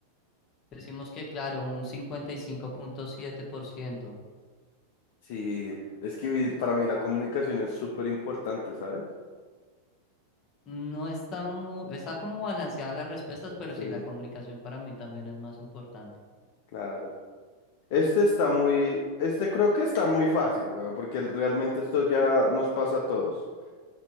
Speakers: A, on the left; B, on the left.
A: Decimos que, claro, un cincuenta y cinco punto siete por ciento.
B: Sí, es que vi- para mí la comunicación es súper importante, ¿sabes?
A: No está mu- está como balanceada las respuestas, pero
B: Sí,
A: sí, la comunicación para mí también es más importante.
B: claro. Este está muy, este creo que está muy fácil, weón, porque el- realmente esto ya nos pasa a todos.